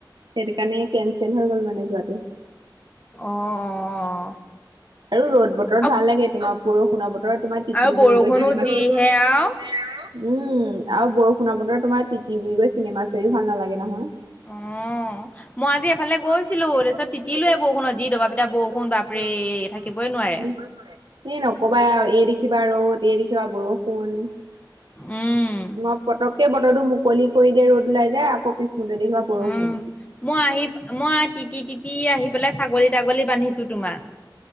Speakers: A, on the right; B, on the left.
A: সেইটো কাৰণে কেনঞ্চেল হৈ গ'ল মানে যোৱাটো
B: অ অ
A: আৰু ৰ'দ বতৰত
B: আৰু
A: ভাল লাগে তোমাক বৰষুণৰ বতৰত তোমাৰ টিতি
B: আৰু বৰষুণো
A: বুৰি গৈছিলে ন
B: যিহে আৰু।
A: উম আৰু বৰষুণৰ বতৰ তোমাৰ তিতি বুলি গৈ চিনেমা চাৰও ভাল নালাগে নহয়।
B: অ মই আজি এফালে
A: ই
B: গৈছিলো
A: নকবা
B: তাৰপিছত তিতিলোৱে
A: আৰু
B: বৰষুণত
A: এই
B: যি দবা পিটা
A: দেখিবা
B: বৰষুণ বাপৰে
A: ৰ'দ এই
B: থাকিবই নোৱাৰে।
A: কা বৰষুণ মই পতককে ব বতৰটো মুকলি কৰি
B: উম
A: দিয়ে ৰ'দ লাই যায় আকৌ পিছত শুে
B: উম
A: দেখিবা বৰষুন
B: মই আহি মই তিতি তিতি আহি পেলাই ছাগলী তাগলী বান্ধিছো তোমাৰ